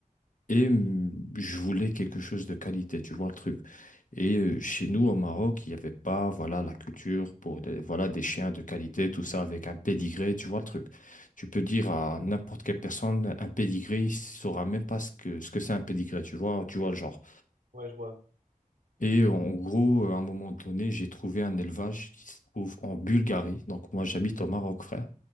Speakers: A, on the left; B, on the right.
A: Et mm, je voulais quelque chose de qualité, tu vois le truc. Et euh, chez nous, au Maroc, il n'y avait pas, voilà, la culture pour des, voilà, des chiens de qualité, tout ça avec un pédigré, tu vois le truc. Tu peux dire à n'importe quelle personne, un pédigré, il saura même pas ce que, ce que c'est un pédigré, tu vois, tu vois le genre.
B: Ouais, je vois.
A: Et en en gros, euh, à un moment donné, j'ai trouvé un élevage qui se trouve en Bulgarie. Donc moi, j'habite au Maroc, frère.